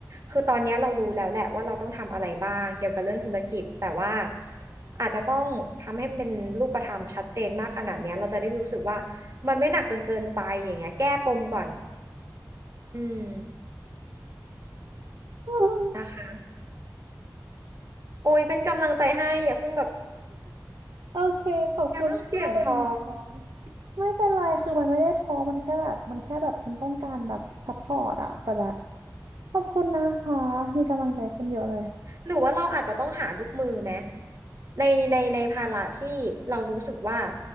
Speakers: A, on the right; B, on the right.
A: คือตอนเนี้ยเรารู้แล้วแหละว่าเราต้องทำอะไรบ้างเกี่ยวกับเรื่องธุรกิจแต่ว่าอาจจะต้องทำให้มันเป็นรูปธรรมชัดเจนมากขนาดเนี้ยเราจะได้รู้สึกว่ามันไม่หนักจนเกินไปอย่างเงี้ยแก้ปมก่อนอืม
B: อ
A: นะคะโอ้ยเป็นกำลังใจให้อย่าเพิ่งแบบ
B: โอเคขอบคุณมากเลยนะคะ
A: อย่าเพิ่งเสี่ยงท้อ
B: ไม่เป็นไร คือมันไม่ได้ท้อมันแค่แบบมันแค่แบบมันต้องการแบบซัพพอร์ตอะแต่แบบขอบคุณนะคะ มีกำลังใจคุณเยอะเลย
A: หรือว่าเราอาจจะต้องหาลูกมือไหมในในในภาระที่เรารู้สึกว่า